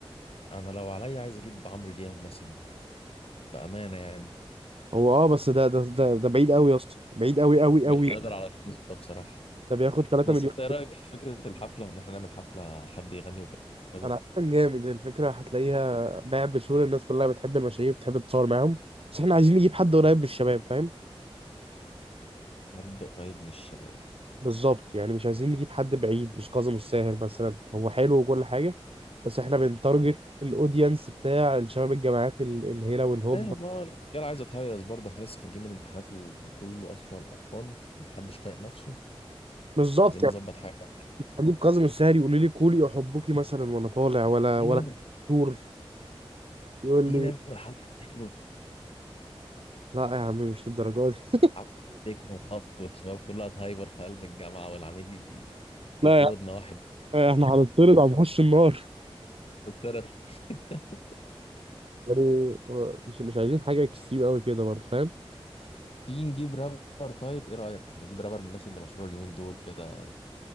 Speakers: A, on the left; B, on the right.
A: انا لو عليا عايز اجيب عمرو دياب مثلا بامانه يعني
B: هو اه بس ده ده ده, ده بعيد قوي يا اسطى بعيد قوي قوي
A: مش
B: قوي
A: هنقدر على الفلوس ده بصراحه
B: ده بياخد 3
A: بس
B: مليون
A: انت ايه رايك في فكره الحفله ان احنا نعمل حفله حد يغني وكده
B: انا عارف جامد الفكره هتلاقيها باع بسهوله الناس كلها بتحب المشاريع وبتحب تتصور معاهم بس احنا عايزين نجيب حد قريب من الشباب فاهم
A: حد قريب من الشباب
B: بالظبط يعني مش عايزين نجيب حد بعيد مش كاظم الساهر مثلا هو حلو وكل حاجه بس احنا بنتارجت الاودينس بتاع الشباب الجامعات ال- الهيله والهوب
A: ايه ما هو الرجاله عايزه تهيص برضه احنا لسه خارجين من امتحانات و- وكله اصلا قرفان ومحدش طايق نفسه
B: بالظبط
A: عايزين
B: يعني
A: نظبط حاجه
B: اجيب كاظم الساهر يقول لي كولي احبكي مثلا وانا طالع ولا
A: تيجي
B: ولا
A: نعمل
B: دكتور يقول
A: تيجي
B: لي
A: نعمل حفله تكنو
B: لا يا عم مش للدرجه دي
A: حفله تكنو وخبط والشباب كلها تهايبر في قلب الجامعه والعميد ي- يطردنا
B: لا يا
A: واحد
B: عم احنا هنطرد هنخش النار
A: يطرد <laughs>
B: يعني آه، مش مش عايزين حاجه اكستريم قوي كده برضه فاهم
A: تيجي نجيب رابر طيب ايه رايك نجيب رابر من الناس اللي مشهوره اليومين دول كده